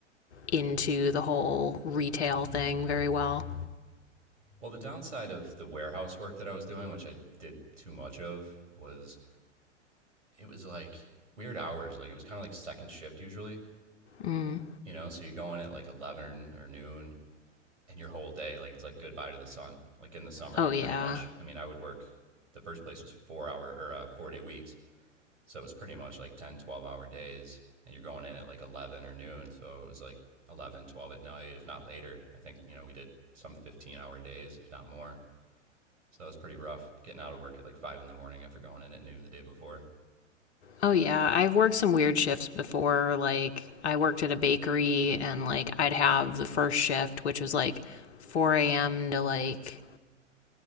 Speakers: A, on the left (about 60°); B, on the right (about 75°).
A: into the whole retail thing very well.
B: Well, the downside of the warehouse work that I was doing, which I did too much of, was it was like weird hours. Like it was kind of like second shift usually,
A: Mm.
B: you know? So you go in at like 11 or noon and your whole day, like it's like goodbye to the sun. Like in the summer,
A: Oh,
B: you're pretty
A: yeah.
B: much, I mean, I would work, the first place was four hour or uh, four day weeks. So it was pretty much like 10, 12 hour days. And you're going in at like 11 or noon. So it was like 11, 12 at night, if not later. I think, you know, we did some 15 hour days, if not more. So it was pretty rough getting out of work at like five in the morning after going in at noon the day before.
A: Oh yeah, I've worked some weird shifts before. Like I worked at a bakery, and like I'd have the first shift, which was like 4 a.m. to like